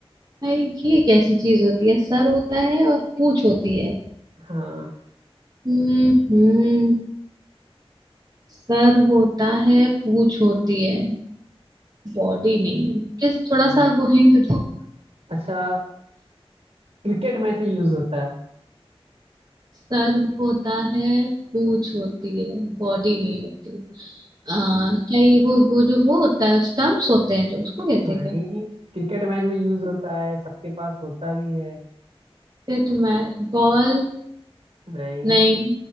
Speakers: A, on the right; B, on the right.
A: भाई ये कैसी चीज होती है सर होता है और पूंछ होती है
B: हाँ
A: हम्म हम्म सर होता है पूंछ होती है बॉडी नहीं है प्लीज
B: हाँ।
A: थोड़ा सा वो हिंट दो
B: अच्छा क्रिकेट मैच में यूज होता है
A: सर होता है पूछ होती है बॉडी नहीं होती आ, क्या ये वो वो जो वो होता है स्टम्प्स होते हैं जो उसको कहते
B: नहीं
A: हैं क्या
B: क्रिकेट मैच में यूज होता है सबके पास होता भी है
A: पिट में बॉल
B: नहीं
A: नहीं